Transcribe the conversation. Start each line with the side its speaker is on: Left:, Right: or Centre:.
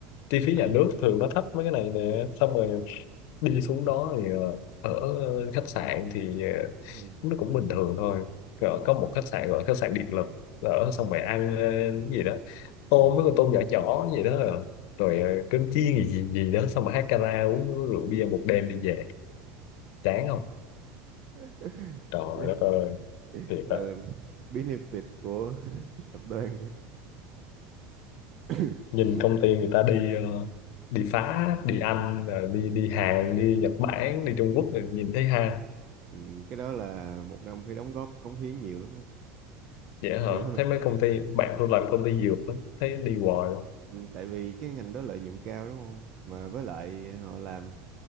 Left: chi phí
Right: à
Left: nhà nước thường nó thấp mấy cái này nè xong rồi đi xuống đó thì ờ, ở khách sạn thì ờ,
Right: ừ.
Left: nó cũng bình thường thôi Rồi có một khách sạn gọi là khách sạn điện lực ở xong rồi ăn ờ, cái gì đó tôm
Right: Ừ.
Left: mấy con tôm nhỏ nhỏ gì đó rồi, rồi ờ, cơm chiên gì gì gì đó xong rồi hát karaoke uống rượu bia một đêm đi về chán không
Right: <laughs>
Left: trời đất ơi thiệt
Right: gọi
Left: á
Right: là benefit của <laughs> tập đoàn <coughs>
Left: nhìn công ty người ta đi ờ, đi phá, đi Anh rồi đi đi Hàn đi Nhật Bản đi Trung Quốc rồi nhìn thấy ha
Right: ừ. cái đó là một năm phải đóng góp cống hiến nhiều lắm á
Left: dễ hả
Right: kiểu là
Left: thấy mấy công ty bạn tôi làm công ty dược đó, thấy đi hoài luôn
Right: ừ. tại vì cái ngành đó lợi nhuận cao đúng không mà với lại họ làm